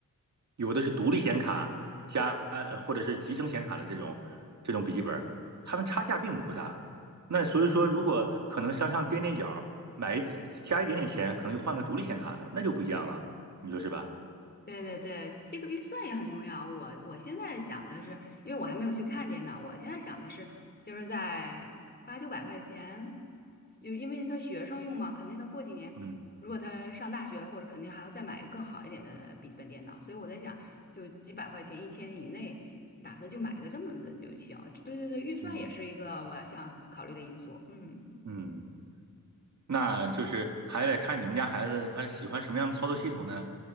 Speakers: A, on the right; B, on the left.
A: 有的是独立显卡加呃或者是集成显卡的这种这种笔记本，它们差价并不大，那所以说如果可能向上垫垫脚，买一点加一点点钱，可能就换个独立显卡了，那就不一样了。你说是吧？
B: 对对对，这个预算也很重要。我我现在想的是，因为我还没有去看电脑，我现在想的是，就是在八九百块钱，就因为他学生用嘛，肯定他过几年，
A: 嗯
B: 如果他上大学了，或者肯定还要再买一个更好一点的笔记本电脑，所以我在想，就几百块钱，一千以内，打算就买一个这么的就行。对对对，预算也是一个我要想考虑的因素。
A: 嗯
B: 嗯。
A: 嗯，那就是还得看你们家孩子他喜欢什么样的操作系统呢？